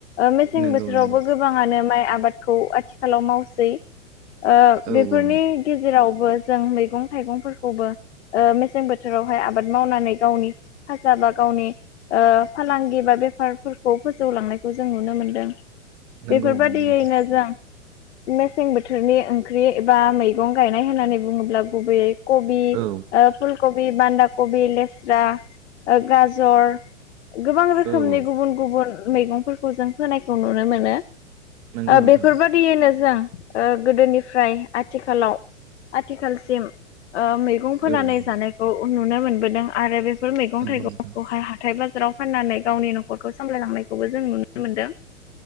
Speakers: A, on the left; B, on the right.
A: मेसें
B: नंगौ
A: बोथोरावबो
B: नंगौ
A: गोबाङानो माइ आबादखौ आथिखालाव मावसै, ओ
B: औ
A: बेफोरनि
B: औ
A: गेजेरावबो जों मैगं थाइगंफोरखौबो मेसें बोथोरावहाय आबाद मावनानै गावनि जाबा गावनि फालांगि बा बेफारफोरखौ फोजौलांनायखौ जों नुनो मोनदों,
B: नंगौ
A: बेफोर बायदियैनो
B: नोंथां
A: जों मेसें बोथोरनि ओंख्रि एबा मैगं गायनाय होननानै बुङोब्ला गुबैयै, कबि
B: औ नंगौ नोंथां औ
A: फुलकबि बान्दा कबि लेस्रा गाजर, गोबां रोखोमनि
B: औ औ
A: गुबुन गुबुन मैगंफोरखौ जों होनायखौ नुनो मोनो
B: नंगौ नोंथां
A: बेफोरबादियैनो जों गोदोनिफ्राय आथिखालाव, आथिखालसिम ओ मैगं फोनानै
B: औ औ
A: जानायखौ नुनो मोनबोदों आरो बे बेफोर मैगं
B: नंगौ
A: थाइगं
B: नोंथां
A: खौहाय हाथाय बा बाजाराव फाननानै गावनि न'खरखौ सामलायलांनायखौबो जों नुनो मोनदों,